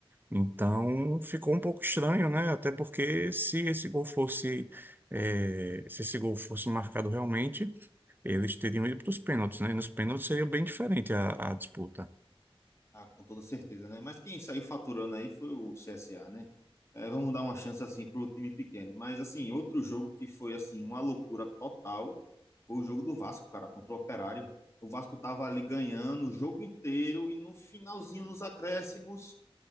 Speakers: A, on the right (about 20°); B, on the left (about 25°).
A: Então ficou um pouco estranho, né? Até porque se esse gol fosse, eh, se esse gol fosse marcado realmente, eles teriam ido para os pênaltis, né? E nos pênaltis seria bem diferente a, a disputa.
B: Ah, com toda certeza, né? Mas quem saiu faturando aí foi o CSA, né? É, vamos dar uma chance assim pro time pequeno. Mas assim, outro jogo que foi assim uma loucura total foi o jogo do Vasco, cara, contra o Operário. O Vasco tava ali ganhando o jogo inteiro e no finalzinho nos acréscimos,